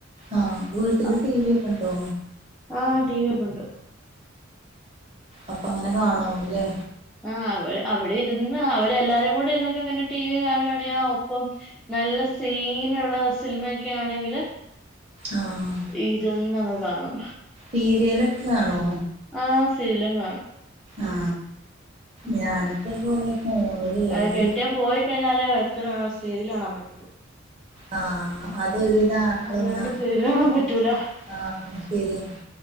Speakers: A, on the right; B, in the centre.
A: ആ വീട്ടില്
B: അപ്പൊ
A: ടി വി ഒക്കെ ണ്ടോ
B: ആ ടി വി ഒക്കെ ഉണ്ട്
A: അപ്പൊ അങ്ങനെ കാണാവുല്ലേ
B: ആ അവ അവിടെ ഇരുന്ന് അവരെ എല്ലാരും കൂടെ ഇരുന്നൊക്കെ ഇങ്ങനെ ടി വി കാണുകവാണെ ഒപ്പം നല്ല സീനുള്ള സിലിമയൊക്കെ ആണെങ്കില്
A: ആഹ്
B: ഇരുന്നങ്ങ് കാണും
A: സീര്യാലൊക്കെ കാണോ
B: ആ സീരിലും കാണും
A: ആ
B: ഉം
A: ഞാനിതേ പോലെ ഫോണില്
B: അത് കെട്ടിയോൻ
A: ഈ
B: പോയി കഴിഞ്ഞാലേ വക്കല് സീരിയല് കാണാൻ പറ്റുള്ളൂ
A: ആ അതൊരുവിധ ആണുങ്ങളൊന്നും
B: അല്ലാണ്ട് സീരിയല് കാണാൻ
A: ഒന്ന
B: പറ്റൂല
A: ആ ശരി